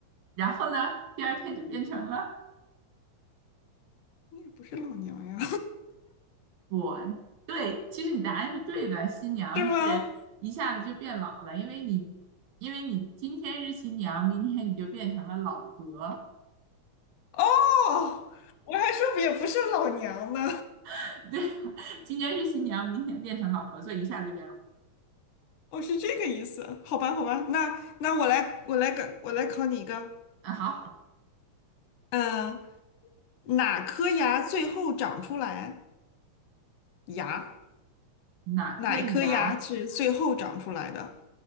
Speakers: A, on the right; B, on the left.
A: 然后呢，第二天就变成了
B: 那也不是老娘呀，
A: 我，对，其实你答案是对的，新娘是一下子就变老了，
B: <laughs> 是吗？
A: 因为你因为你今天是新娘，明天你就变成了老婆，
B: 哦，我还说也不是老娘呢，
A: <laughs> 对啊，今天是新娘，明天变成老婆，所以一下就变老。
B: <laughs> 我是这个意思。好吧，好吧，那那我来，我来个，我来考你一个，
A: 啊，好，
B: 嗯，哪颗牙最后长出来？牙。
A: 哪颗牙？
B: 哪一颗牙是最后长出来的？